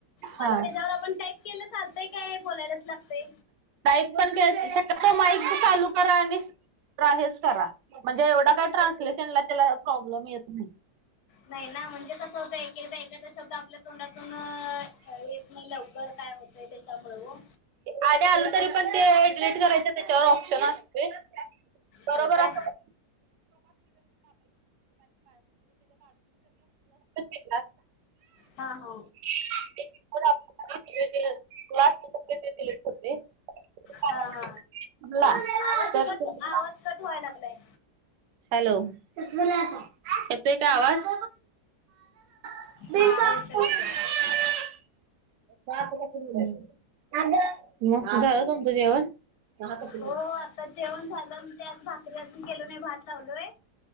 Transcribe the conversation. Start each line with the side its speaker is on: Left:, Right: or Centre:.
Left: मा
Right: हा
Left: जर त्याच्यावर आपण टाईप केलं चालतय काय बोलायलाच लागते?
Right: टाईप पण कायच माईक चालू करा आणि तर आहेच करा म्हणजे एवढा काय ट्रान्सलेशनला त्याला प्रॉब्लेम येत नाही.
Left: नाही ना म्हणजे कसं होतं एकदा एखादा शब्द आपलं तोंडातून येत नाही लवकर काय होतय त्याच्यामुळं हो
Right: अरे आलं तरी पण ते डिलीट करायचं त्याच्यावर ऑप्शन असते. बरोबर
Left: होय काय
Right: असलं की. <inaudible> <unintelligible>
Left: हा हा.
Right: <unintelligible> <unintelligible>
Left: हा हा आवाज कट आवाज कट व्हाय लागलंय.
Right: हॅलो येतोय का आवाज? <unintelligible>
Left: हा येतोय येतोय
Right: मग झालं तुमचं जेवण? चहा कस
Left: हो आता जेवण झालं ना आज भा करी अजून केलो नाही भात लावलोय